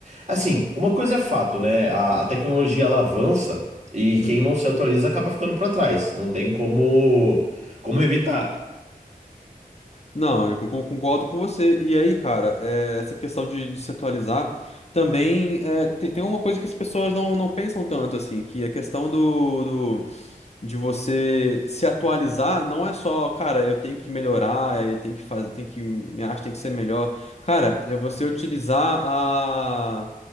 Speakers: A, on the right; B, on the left.
A: Assim, uma coisa é fato, né? A, a tecnologia ela avança e
B: Hum.
A: quem não se atualiza acaba ficando pra trás. Não tem como, como evitar.
B: Não, eu con- con- concordo com você. E aí, cara, é, essa questão de, de se atualizar também é, tem, tem uma coisa que as pessoas não, não pensam tanto, assim, que é a questão do de você se atualizar, não é só, cara, eu tenho que melhorar, eu tenho que fazer, tenho que minha arte tem que ser melhor. Cara, é você utilizar a